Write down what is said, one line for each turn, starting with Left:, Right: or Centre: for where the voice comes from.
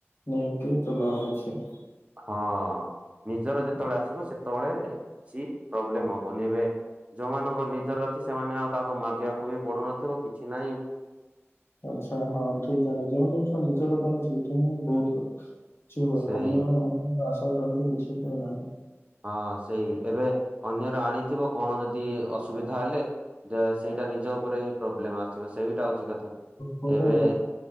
Left: ନେଇକି ଚଲା ହଉଛି।
Right: ହଁ ନିଜର ଯେତେବେଳେ ଆସିବ ସେତେବେଳେ କିଛି ପ୍ରୋବ୍ଲେମ ହବନି ଏବେ। ଯୋଉମାନଙ୍କର ନିଜର ଅଛି ସେମାନେ ଆଉ କାହାକୁ ମାଗିବାକୁ ବି ପଡୁନଥିବ କିଛି ନାହିଁ
Left: ଆଛା ହଁ ଠିକ ଜାଣେ ଯେଉଁ ଜିନିଷ ନିଜର ଉଛି ସେଠି ହିଁ ବହୁତ। କିଛି ହୁଏ
Right: ସେଇ
Left: ଅନ୍ୟ ଆସାରେ ରହିଲେ କିଛି ହୁଏ ନାହିଁ।
Right: ହଁ ସେଇ ଏବେ ଅନ୍ୟର ଆଣିଥିବ କଣ ଯଦି ଅସୁବିଧା ହେଲେ ସେଇଟା ନିଜ ଉପରେ ହିଁ ପ୍ରୋବ୍ଲେମ ଆସିବ ସେଇ ଟା ହଉଛି କଥା
Left: ପରେ
Right: ଏବେ